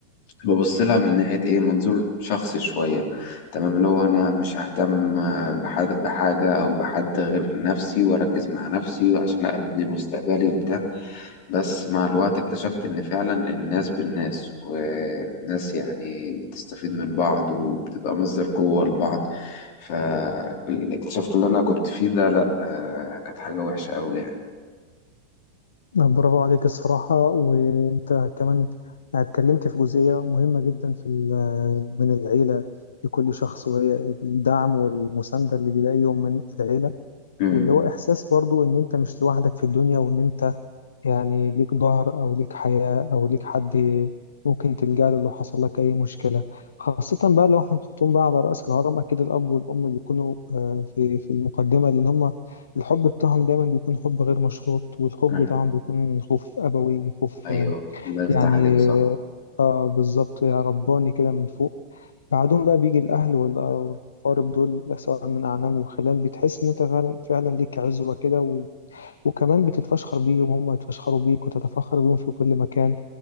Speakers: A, on the left (about 50°); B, on the left (about 65°).
A: ببص لها من ناحية إيه منظور شخصي شوية تمام اللي هو أنا مش ههتم آه، بحد بحاجة أو بحد غير نفسي وأركز مع نفسي عشان أبني مستقبلي وبتاع بس مع الوقت اكتشفت إن فعلا الناس بالناس والناس يعني بتستفيد من بعض وبتبقى مصدر قوة لبعض فاكتشفت اللي أنا كنت فيه ده لأ آه، كانت حاجة وحشة أوي يعني
B: برافو عليك الصراحة وأنت كمان اتكلمت في جزئية مهمة جدا في ال- من العيلة لكل شخص وهي الدعم والمساندة اللي بيلاقيهم من العيلة
A: مم.
B: واللي هو إحساس برضو إن أنت مش لوحدك في الدنيا وإن أنت يعني ليك ظهر أو ليك حياة أو ليك حد ممكن تلجأ له لو حصل لك أي مشكلة خاصة بقى لو احنا نحطهم بقى على رأس الهرم أكيد الأب والأم بيكونوا آه، في في المقدمة لأن هما الحب بتاعهم دايما بيكون حب غير مشروط والخوف
A: مم.
B: بتاعهم بيكون خوف أبوي وخوف
A: أيوه
B: آه،
A: الله يفتح
B: يعني
A: عليك صح
B: اه بالظبط يا رباني كده من فوق بعدهم بقى بيجي الأهل وال- والأقارب دول سواء من أعمام وخلان بتحس إن أنت فعلا فعلاً ليك عزوة كده وكمان بتتفشخر بيهم هم يتفشخروا بيك وتتفخر بيهم في كل مكان